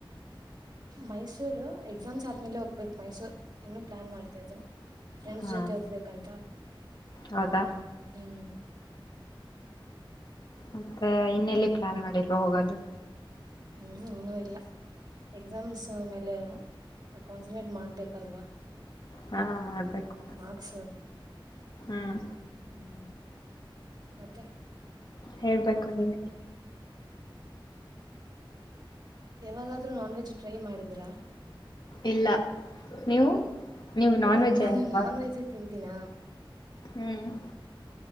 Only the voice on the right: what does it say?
ಮೈಸೂರು ಎಕ್ಸಾಮ್ಸ್ ಆದ್ಮೇಲೆ ಹೋಗ್ಬೇಕಕ್ ಮೈಸೂರ್ ಇನ್ನುೂ ಪ್ಲಾನ್ ಮಾಡ್ತಾ ಇದ್ದೀನ್. ಫ್ರೆಂಡ್ಸ್
ಜೊತೆ ಹೋಗ್ಬೇಕಂತ
ಹ್ಮ್
ಹ್ಮ್ ಇನ್ನುೂ ಇಲ್ಲ ಎಕ್ಸಾಮ್ಸ್ ಮೇಲೆ ಕಾನ್ಸಂಟ್ರೇಟ್ ಮಾಡ್ಬೇಕಲ್ವಾ
ಮಾರ್ಕ್ಸ್
ಹ್ಮ್ ಮತ್ತೆ
ಯಾವಾಗಾದ್ರೂ ನಾನ್ ವೆಜ್ ಟ್ರೈ ಮಾಡಿದ್ರಾ
ಏ
ನಾನು
ನಾನ್ ವೆಜ್ ತಿ ಿನ